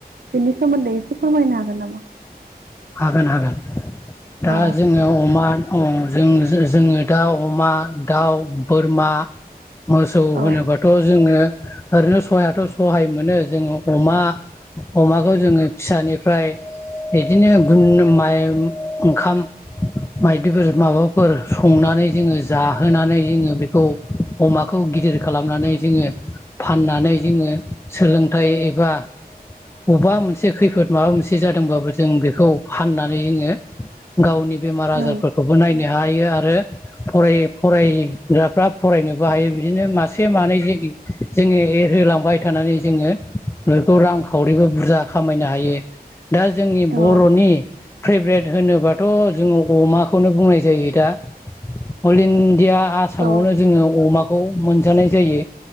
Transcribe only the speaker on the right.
बेनि सोमोन्दै एसे फोरमायनो हागोन नामा?
अ
औ
उम
औ
औ